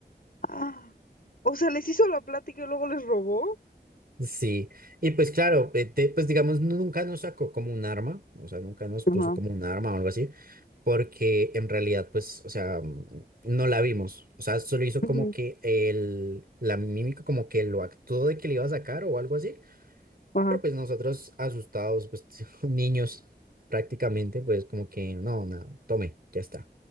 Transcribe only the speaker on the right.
Sí, y pues claro, eh, te- pues digamos, no, nunca nos sacó como un arma, o sea, nunca nos
puso como un arma o algo así, porque en realidad, pues, o sea, mm, no la vimos, o sea, solo hizo
como que el, la mímica como que lo actuó de que le iba a sacar o algo así,
pero pues nosotros asustados, pues <laughs> niños prácticamente, pues como que no, nada, tome, ya está.